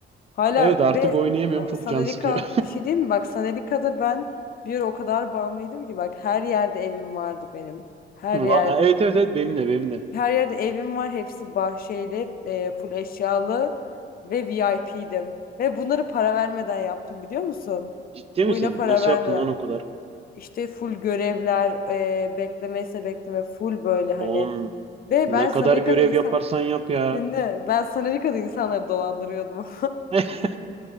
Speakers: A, on the left; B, on the right.
A: Hala
B: evet artık
A: ve
B: oynayamıyorum
A: a,
B: çok
A: Sanelika
B: can sıkıyor.
A: bir şey değil mi? Bak Sanelika'da ben bir ara o kadar bağımlıydım ki bak her yerde evim vardı benim.
B: <laughs>
A: Her
B: Va-
A: yerde.
B: e, Evet evet evet benim de benim de.
A: Her yerde evim var. Hepsi bahçeli, e, full eşyalı ve VIP'dim. Ve bunları para vermeden yaptım biliyor musun?
B: Ciddi
A: Oyuna
B: misin?
A: para
B: Nasıl
A: vermeden.
B: yaptın lan o kadar?
A: İşte full görevler, e, beklemeyse bekleme full böyle hani.
B: Oğlum
A: Ve
B: ne
A: ben Sanelika'da
B: kadar görev
A: insan...
B: yaparsan yap ya.
A: Dinle. Ben Sanelika'da insanları dolandırıyordum.
B: <laughs>